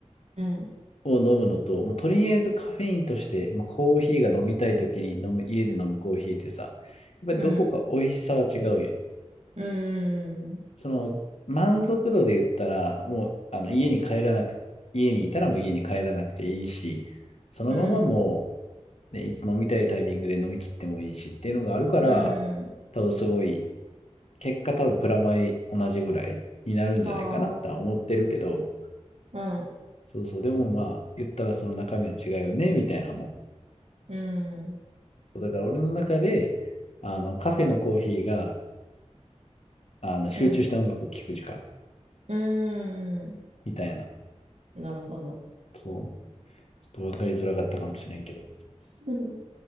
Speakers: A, on the right; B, on the left.
A: うん、
B: ーを飲むのと、もうとりあえずカフェインとして、まあ、コーヒーが飲みたい時に飲む、家で飲むコーヒーってさ、やっぱりどこか美味しさは違うよ。
A: うん、うん、
B: その満足度で言ったら、もうあの家に帰らなく、家にいたらもう家に帰らなくていいし、そのままも
A: うん、
B: う、ね、いつ飲みたいタイミングで飲み切ってもいいしっていうのがあるから、
A: うん、
B: 多分すごい結果多分プラマイ同じぐらいになるんじゃないかなって思ってるけど、
A: ああ、うん、
B: そうそう、でもまあ、言ったらその中身は違うよね、みたいなもん。
A: うん、
B: そうだから俺の中で、あの、カフェのコーヒーが、あの、集中した音楽を聴く時間、
A: うん、うん、
B: みたいな。
A: なるほど。
B: そう、ちょっと分かりづらかったかもしれんけど。
A: <laughs>